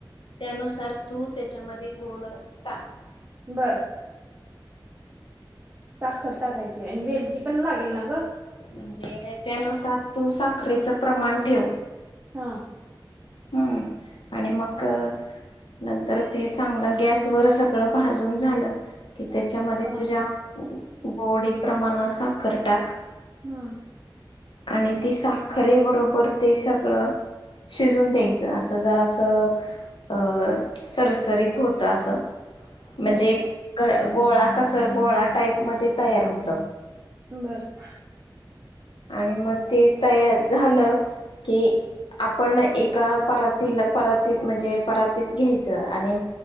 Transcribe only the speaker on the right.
बरं, साखर टाकायची आणि वेलची पण लागेल ना, गं
हा
हा
हम्म
हम्म
बरं.